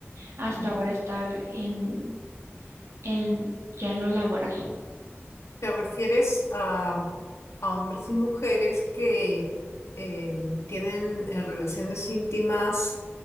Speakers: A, on the right; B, on the left.
A: hasta
B: Ujú.
A: ahora estar en, en, ya en lo laboral.
B: ¿Te refieres a, a hombres y mujeres que eh, tienen eh, relaciones íntimas